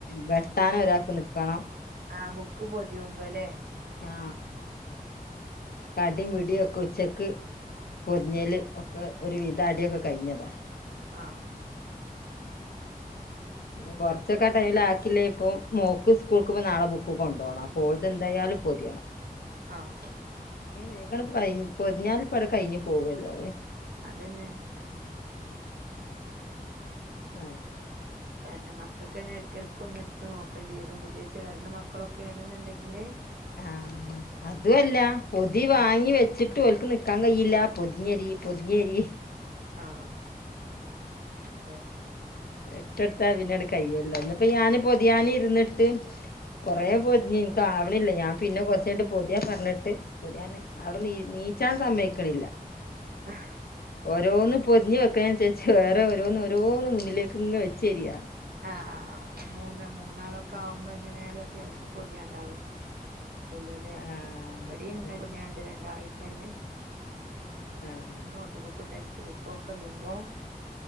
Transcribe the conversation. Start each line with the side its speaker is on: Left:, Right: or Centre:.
Left: വെട്ടാൻ ഒരാക്കു നിക്കണം
Right: ആഹ് ബുക്ക് പൊതിയുമ്പല്ലേ
Left: ആ
Right: ആഹ് ആഹ് ആഹ്
Left: അടിയും പിടിയും ഒക്കെവെച്ച് ഉച്ചക്ക് പൊതിഞ്ഞേല് ഒക്കെ ഒരു വിധം അടിയൊക്കെ കഴിഞ്ഞതാ
Right: ആ
Left: പിന്നെ കൊറച്ചൊക്കെ ടൈമിൽ ആക്കില്ലേ ഇപ്പം മോക്ക്സ്കൂൾക്ക് നാളെ ബുക്ക് കൊണ്ടോണം. അപ്പോളെന്തായാലും പൊതിയണം.
Right: ആഹ്
Left: നിങ്ങള് പൊതി പൊതിഞ്ഞാലിപ്പളെ കഴിഞ്ഞ് പോവുവല്ലോ
Right: അതന്നെ
Left: ആ
Right: കാരണം, മക്കൾക്ക് തന്നെ ഇടക്കിടക്കൊന്ന് എടുത്ത് നോക്കേണ്ടി വരും. പുതിയചേരുന്ന വാക്കുകളൊക്കെയാ ണെന്നുണ്ടെങ്കില്.
Left: ആ.. അതുമല്ല പൊതി വാങ്ങിവെച്ചിട്ട്
Right: ആഹ്
Left: ഓൾക്ക് നിക്കാൻ കഴിയില്ലാപൊതിഞ്ഞേടി, പൊതിഞ്ഞേടി
Right: ആ അതന്നെ
Left: എട്ടട്ട്പിന്നെയത് കഴിയൂ ലോ പിന്നെഞാന് പൊതിയാനിരുന്നിട്ട് കൊറേ
Right: ആഹ്
Left: പൊതിഞ്ഞീന്ന് ശ്രാവണില്ലേ, ഞാൻ പിന്നെ കൊറച്ചുനേരം പൊതിയാൻ പറഞ്ഞിട്ട്, പൊതിയാന് അവിടെന്നെനീച്ചാൻ സമ്മതിക്കണില്ല.
Right: ആഹ്
Left: ഓരോന്ന് പൊതിഞ്ഞു വെക്കുന്നതനുസ്സരിച്ച് പക്ഷേ വേറെ ഓരോന്നോരോന്ന് മുന്നിലേക്ക് ഇങ് വെച്ചരിയാ
Right: അ.. ആ.. അ.. മൂന്ന് മൂന്നാളൊക്കെ ആകുമ്പേ എങ്ങനെയായാലും അത്യാവശ്യം പൊതിയാണ്ടാവും. ണ്ടാവോലോ ലേ
Left: ആഹ്
Right: ഇവടീണ്ട്
Left: അതെ
Right: പൊതിയാന് രണ്ടാളത് തന്നെ
Left: ആഹ്
Right: നോട്ട്ബുക്കും, ടെക്സ്റ്റ് ബുക്കൊക്കെ വരുമ്പം